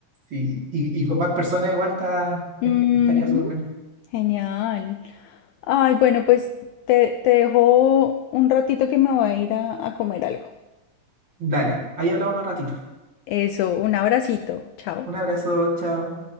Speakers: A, on the right; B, on the left.
A: Sí, y, y con más personas igual está,
B: Ujú,
A: estaría súper bueno.
B: genial. Ay, bueno, pues te, te dejo un ratito que me voy a ir a, a comer algo.
A: Dale, ahí hablamos más ratito.
B: Eso, un abracito. Chao.
A: Un abrazo, chao.